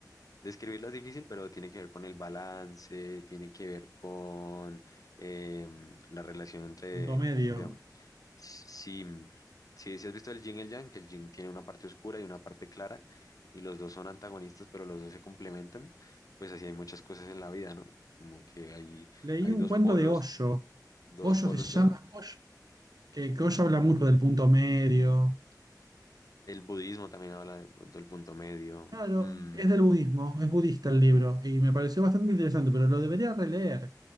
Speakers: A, on the left; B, on the right.
A: Describirla es difícil, pero tiene que ver con el balance, tiene que ver con em, la relación entre,
B: Punto medio.
A: digamos, si, si, si si has visto el yin y el yang, que el yin tiene una parte oscura y una parte clara, y los dos son antagonistas, pero los dos se complementan, pues así hay muchas cosas en la vida, ¿no? Como que hay,
B: Leí
A: hay
B: un
A: dos
B: cuento
A: polos,
B: de Osho.
A: dos
B: Osho
A: polos,
B: se llama
A: pero
B: Osho, que, que Osho habla mucho del punto medio.
A: el budismo también habla de pronto del punto medio.
B: Claro,
A: mm,
B: es del budismo, es budista el libro, y me pareció bastante interesante, pero lo debería releer,